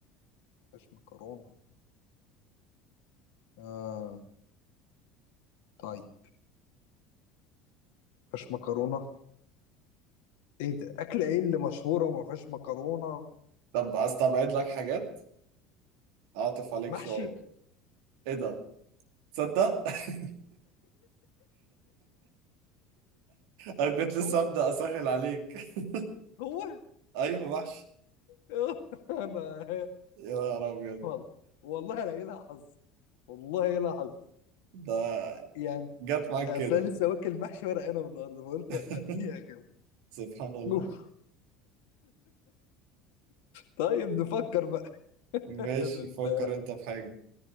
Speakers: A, on the left; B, on the right.
A: مش مكرونة آه طيب مفيهاش مكرونة ايه ده أكلة ايه اللي مشهورة وما فيهاش مكرونة
B: طب استبعد لك حاجات اعطف عليك
A: محشي
B: شوية ايه ده تصدق <laughs> انا كنت
A: هو
B: لسه ابدا اسهل عليك <laughs>
A: هو
B: ايوه وحش
A: <laughs> انا
B: يا نهار ابيض
A: والله والله انا إيه لها حظ والله إيه لها حظ
B: ده
A: يعني
B: جت معاك
A: اصل
B: كده
A: أنا لسه واكل محشي ورق عنب النهارده فقلت
B: <laughs>
A: ارميها كده
B: سبحان الله
A: اوف طيب نفكر بقى
B: ماشي
A: <laughs> ده انت
B: فكر انت في حاجة